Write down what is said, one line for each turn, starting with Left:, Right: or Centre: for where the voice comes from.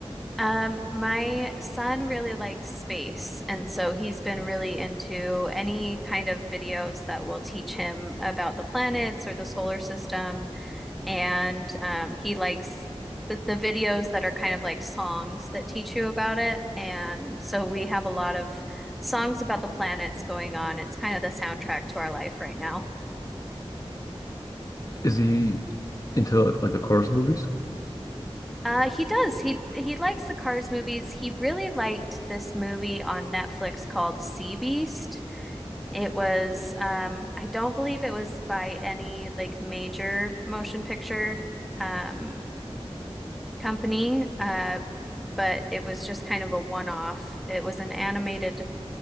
Centre: Um, my son really likes space, and so he's been really into any kind of videos that will teach him about the planets or the solar system. And um, he likes the, the videos that are kind of like songs that teach you about it. And so we have a lot of songs about the planets going on. It's kind of the soundtrack to our life right now.
Left: Is he into like the chorus movies?
Centre: Uh, he does. He he likes the Cars movies. He really liked this movie on Netflix called Sea Beast. It was, um, I don't believe it was by any like major motion picture um, company, uh, but it was just kind of a one-off. It was an animated